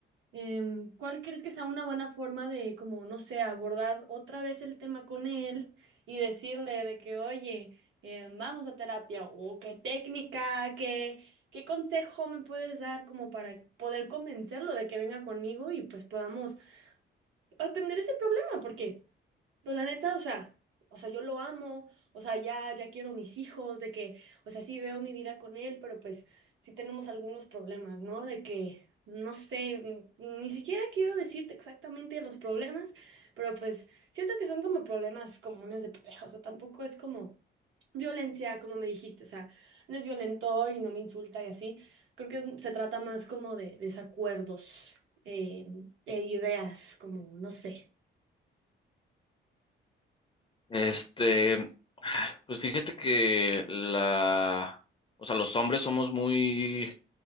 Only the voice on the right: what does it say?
Em, ¿cuál crees que sea una buena forma de, como, no sé, abordar otra vez el tema con él y decirle de que, oye, em, vamos a terapia o qué técnica, qué, qué consejo me puedes dar como para poder convencerlo de que venga conmigo y pues podamos atender ese problema? Porque... Pues la neta, o sea, o sea, yo lo amo, o sea, ya, ya quiero mis hijos, de que, o sea, sí veo mi vida con él, pero pues sí tenemos algunos problemas, ¿no? De que, no sé, mm, ni siquiera quiero decirte exactamente los problemas, pero pues siento que son como problemas comunes de pareja, o sea, tampoco es como violencia, como me dijiste, o sea, no es violento y no me insulta y así, creo que es- se trata más como de desacuerdos eh, e ideas, como, no sé.